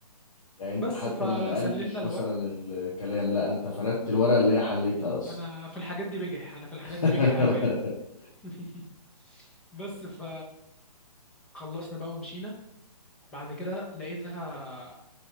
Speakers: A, on the left; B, in the centre.
A: يعني انت
B: بس
A: حتى
B: فسلمنا
A: ما نقلتش مثلا الكلام لا انت فردت الورقة اللي هي حلتها اصلا
B: انا في الحاجات دي بجح انا في الحاجات
A: <laughs>
B: دي بجح قوي يعني <laughs> بس ف خلصنا بقى ومشينا بعد كده لقيتها